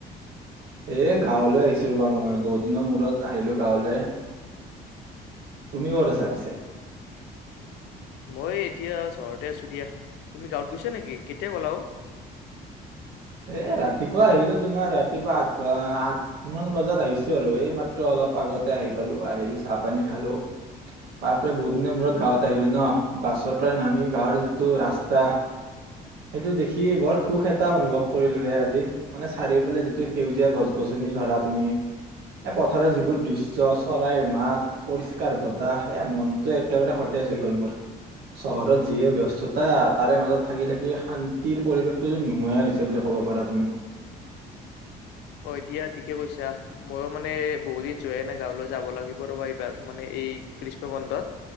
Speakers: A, on the right; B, on the left.
A: এ গাঁৱলৈ আহিছো ৰবা মই বহুত দিনৰ মূৰত আহিলো গাঁৱলৈ। তুমি ক'ত আছা পিছে।
B: মই এতিয়া চহৰতে আছো দিয়া তুমি গাঁৱত গৈছা নেকি কেতিয়া ক'লা অ।
A: এ ৰাতিপুৱা আহিলো তোমাৰ ৰাতিপুৱা আঠুৱা আঠ মান বজাত আহিছো আৰু এই মাত্ৰ অলপ আগতে আহি পালো আহি চাহ পানী খালো তাৰ পৰা বহুত দিনৰ মূৰত গাঁৱত আহিলো ন বাছৰ পৰাই নামি গাঁৱৰ যিটো ৰাস্তা সেইটো দেখি বৰ সুখ এটা অনুভৱ। কৰিলোহে আজি মানে চাৰিওফালে যিটো সেউজীয়া গছ গছনি ধৰা তুমি এ পথাৰৰ যিবোৰ দৃশ্ চৰাইৰ মাত পৰিষ্কাৰ বতাহ এ মনতটো একেবাৰে সতেজ হৈ গল মোৰ চহৰত যিয়ে ব্স্ততা তাৰে মাজত থাকি থাকি শান্তিৰ পৰিৱেশটোো নোহাই হৈছে বুলি ক। ক'ব পাৰা তুমি।
B: অ দিয়া ঠিকে কৈছা মইো মানে বহুত দিন যোৱাইে নাই গাঁৱলৈ যাব লাগিব ৰবা এইবাৰ মানে এই গ্ৰীষ্ম বন্ধত